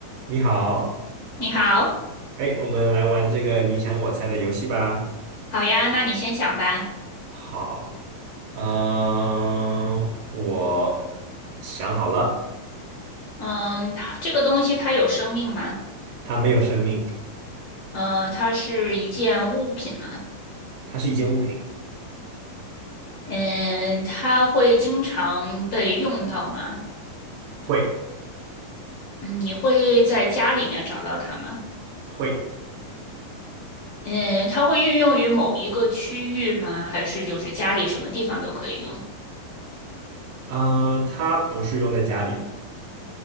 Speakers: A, on the right; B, on the left.
A: 你好，
B: 你好，
A: 哎，我们来玩这个你想我猜的游戏吧。
B: 好呀，那你先想吧。
A: 好，嗯，我想好了，
B: 嗯，它这个东西它有生命吗？
A: 它没有生命，
B: 嗯，它是一件物品吗？
A: 它是一件物品，
B: 嗯，它会经常被用到吗？
A: 会
B: 嗯，你会在家里面找到它吗？
A: 会，
B: 嗯，它会运用于某一个区域吗？还是就是家里什么地方都可以用？
A: 呃，它不是用在家里的，